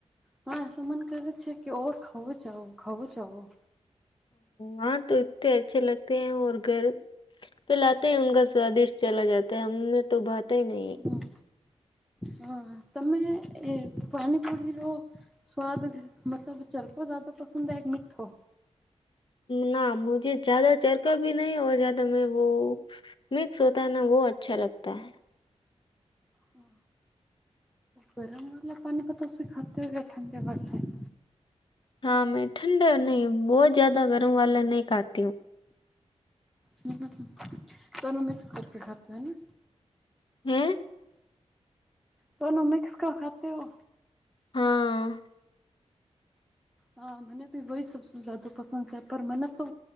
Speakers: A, in the centre; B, on the left.
A: પણ <unintelligible> કરે છે કે ઓર ખવું જવું ખવું જવું
B: હા તો ઇત્તે અચ્છે લગતે હે ઔર ઘર પે લાતે હે ઉનકા સ્વાદિશ ચલા જાતા હમને તો ભાતા હી નહીં
A: હમ હા તમે એ એ પાણી પુડી લો સ્વાદ મતલબ ચરકો જાદો પસંદ હે કે મી્ઠો
B: ના મુજે જ્યાદા ચરકા ભી નહી ઓર જાદા મેં વો મિક્સ હોતા હે ના વો અચ્છા લગતા હૈ
A: હ્મ ગરમ વાલા પાની સે ખાતે હૈ કે ઠંડે પાની સે?
B: હા મેં ઠંડા નઈ બહોત જાદા ગરમ વાલા નહી ખાતી હું
A: હમ્મ દોનો મિક્સ કરકે ખાતે હો ને
B: હૈ
A: દોનો મિક્સ કા ખાતે હો?
B: હા
A: હા મને બી વઇ સબસે જાદો પસંદ છે પર મને તો